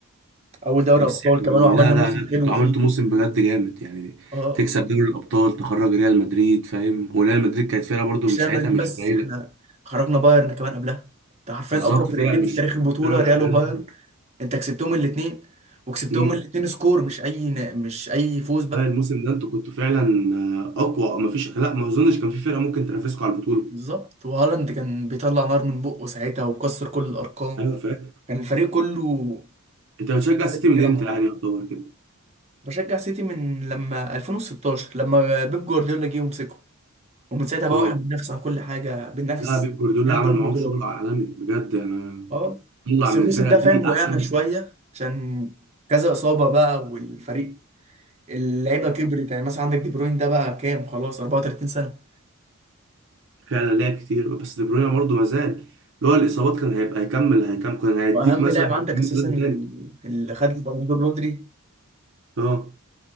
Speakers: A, on the right; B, on the right.
A: اول دوري
B: بس
A: ابطال
B: يعني
A: كمان وعملنا
B: لا
A: موسم
B: لا لا
A: حلو
B: انتوا
A: فيه
B: عملتوا موسم بجد جامد يعني
A: اه
B: تكسب دوري الابطال تخرج ريال مدريد فاهم وريال مدريد كانت فرقه برضو
A: مش
B: من ساعتها
A: ريال مدريد
B: مش
A: بس
B: قليله
A: احنا خرجنا بايرن كمان قبلها انت حرفيا
B: بالظبط
A: اقوى فرقتين
B: فرقه مش
A: في تاريخ البطوله
B: فرقه مش
A: ريال
B: قليله
A: وبايرن
B: خالص
A: انت كسبتهم الاثنين وكسبتهم
B: امم
A: الاثنين سكور مش اي مش اي فوز بقى
B: لا الموسم ده انتوا كنتوا فعلا آه، اقوى او مفيش لا ما اظنش كان في فرقه ممكن تنافسكم على البطوله
A: بالظبط وهالاند كان بيطلع نار من بقه ساعتها وكسر كل الارقام
B: ايوه فاكر
A: كان الفريق كله
B: انت بتشجع السيتي
A: جامد
B: من
A: كده
B: امتى
A: مع بعض
B: يعني يعتبر كده
A: بشجع سيتي من لما 2016 لما بيب جوارديولا جه ومسكه ومن ساعتها بقى
B: اه
A: واحنا بننافس عن كل حاجه بننافس
B: لا بيب جوارديولا
A: في
B: عمل
A: كل البطولات
B: معاهم شغل عالمي بجد يعني
A: اه
B: طلع
A: بس
B: من
A: الموسم
B: الفرقه
A: ده
B: دي
A: فاهم وقعنا
B: احسن
A: شوية عشان كذا إصابة بقى والفريق اللعيبة كبرت يعني مثلا عندك دي بروين ده بقى كام خلاص 34 سنة
B: فعلا لعب كتير بس دي بروين برضه ما زال اللي هو الاصابات كان هيبقى هيكمل هيكمل كان هيديك
A: وأهم
B: مثلا
A: لاعب عندك
B: موسمين
A: أساسا
B: ثلاثه تاني
A: اللي خد البالون دور رودري
B: اه